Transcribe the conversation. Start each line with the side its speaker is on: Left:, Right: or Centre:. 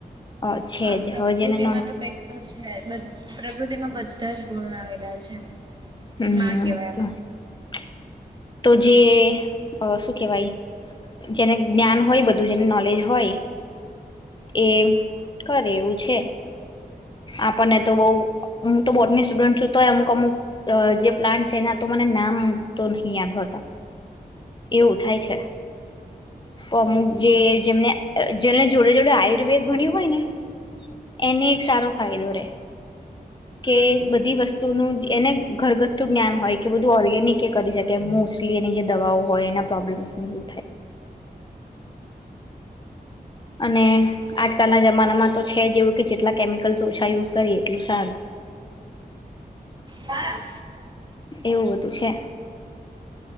Left: ઓ છેજ
Right: હા પ્રકૃતિમાં
Left: હોય જેને નો
Right: તો કંઈક તો છે. પ્રકૃતિ માં બધા જ ગુણો આવે. રા છે.
Left: <unintelligible>
Right: માં કેવાય
Left: <inaudible> તો જે અ શું કેવાય જેને જ્ઞાન હોય બધું જેને નોલેજ હોય એ કરે એવું છે. આપણને તો બવ હું તો બોટની સ્ટુડન્ટ છું તો અમુક અમુક અ જે પ્લાન્ટ એના તો મને નામ તો નહી યાદ હોતા એવું થાય છે. તો અમુક
Right: આપડી
Left: જે જેમને જેને જોડે જોડે આયુર્વેદ ભણ્યું હોય ને એને એક સારો ફાયદો રહે કે બધી વસ્તુનું એને ઘરગથ્થું જ્ઞાન હોય કે બધું ઓર્ગેનિક એ કરી શકે મોસ્ટલી એની જે દવાઓ હોય એના પ્રોબ્લેમસ એવું થાય. અને આજકાલના જમાનામાં તો છે જેવું કે જેટલા કેમિકલ્સ ઓછા યુઝ કરીએ એટલું સારું.
Right: બા.
Left: એવું બધું છે.